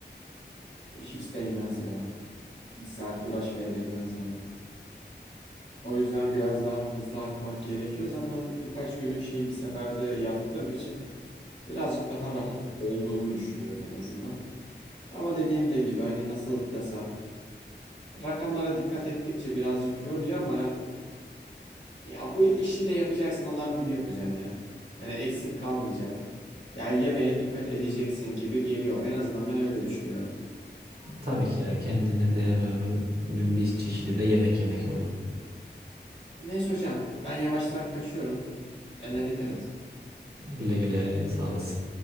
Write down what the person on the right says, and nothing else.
Tabii ki ya kendine değer vermenin bir çeşidi de yemek yemek oluyor.
Güle güle sağ olasın.